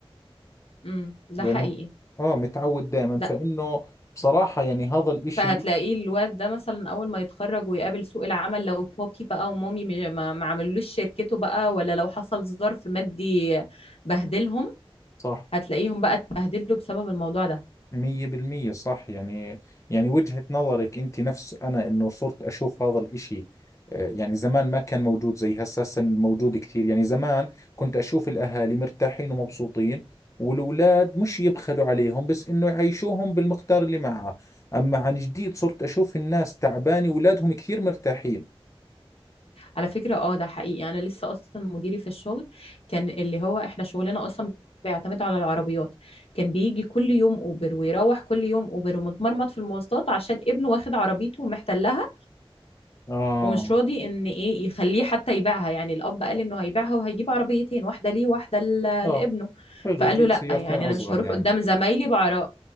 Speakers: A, on the left; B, on the left.
A: امم ده
B: لانه
A: حقيقي
B: اه متعود دائما
A: ده
B: فانه بصراحة يعني هذا الاشي
A: فهتلاقيه الواد ده مثلا اول ما يتخرج ويقابل سوق العمل لو بابي بقى ومامي م- ما ما عملوش شركته بقى ولا لو حصل ظرف مادي بهدلهم
B: صح
A: هتلاقيهم بقى اتبهدلوا بسبب الموضوع ده
B: مية بالمية صح يعني يعني وجهة نظرك انت نفس انا انه صرت اشوف هذا الاشي آه، يعني زمان ما كان موجود زي هسه هسه موجود كثير يعني زمان كنت اشوف الاهالي مرتاحين ومبسوطين والأولاد مش يبخلوا عليهم بس انه يعيشوهم بالمقدار اللي معها اما عن جديد صرت اشوف الناس تعبانة واولادهم كثير مرتاحين
A: على فكرة اه ده حقيقي انا لسه اصلا مديري في الشغل كان اللي هو احنا شغلنا اصلا بيعتمد على العربيات كان بيجي كل يوم اوبر ويروح كل يوم اوبر ومتمرمط في المواصلات عشان ابنه واخد عربيته ومحتلها
B: اه
A: ومش راضي ان ايه يخليه حتى يبيعها يعني الاب قال انه هيبيعها وهيجيب عربيتين واحده ليه واحده ل-
B: اه
A: لابنه
B: حلو
A: فقال
B: جيب
A: له لا
B: سيارتين
A: يعني
B: اصغر
A: انا مش هروح
B: يعني
A: قدام زمايلي بعراء